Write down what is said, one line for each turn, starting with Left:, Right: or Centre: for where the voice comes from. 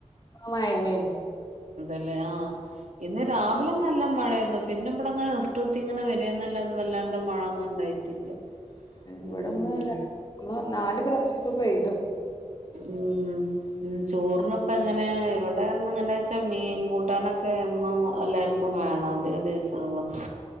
Left: മഴന്നെയാണ്
Right: അല്ല ആ ഇന്ന് രാവിലെ നല്ല മഴയായിരുന്നു പിന്നെ ഇവിട അങ്ങനെ ഇർട്ട് കുത്തി ഇങ്ങനെ വരിന്നല്ലാന്ന് വല്ലാണ്ട് മഴയൊന്നും ഉണ്ടായിട്ടില്ല
Left: ഇവിടെന്ന്
Right: ഉം
Left: നാല് പ്രാവശ്യം ഇപ്പ പോയ് തു
Right: ഉ ഉ ചോറിന് ഇപ്പ എങ്ങനെയാണ് ഇവിടെ ഇങ്ങനാ വെച്ചാ മീൻ കൂട്ടാനൊക്കെ ഒന്നും എല്ലർക്കും വേണം അതിക്ക ദിവസങ്ങളിലും